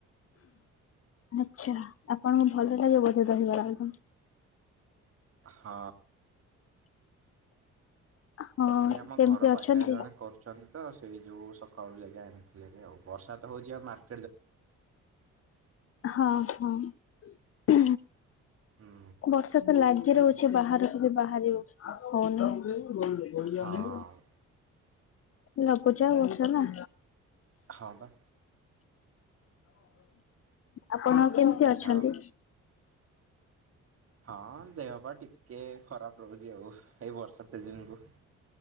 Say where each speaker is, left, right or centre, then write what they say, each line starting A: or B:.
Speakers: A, on the left; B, on the right.
A: ଆଛା ଆପଣଙ୍କୁ ଭଲଲାଗେ ବୋଧେ ଦହିବରା ଆଳୁଦମ୍?
B: ହଁ।
A: ହଁ
B: ଏଇ ଆମ
A: କେମିତି
B: ଘର
A: ଅଛନ୍ତି?
B: ପାଖରେ ଜଣେ କରୁଛନ୍ତି ତ ସେଇ ଯୋଗୁ ସକାଳୁ ଜାଇକି ଆଣିଥିଲି ହେରି ଆଉ। ବର୍ଷା ତ ହଉଛି ଆଉ ମାର୍କେ
A: ହଁ ହଁ।
B: ହୁଁ
A: ବର୍ଷା ତ ଲାଗି ରହୁଛି ବାହାରକୁ ବି ବାହାରି ହଉନି ହଉନି।
B: ହଁ
A: ଲଘୁଚାପ ବର୍ଷା ନା।
B: ହଁବା।
A: ଆପଣ କେମିତି ଅଛନ୍ତି?
B: ଆଉ ହଁ ଦେହ ପା ଟିକେ ଖରାପ ରହୁଛି ଆଉ, ଏଇ ବର୍ଷା ସିଜନ କୁ।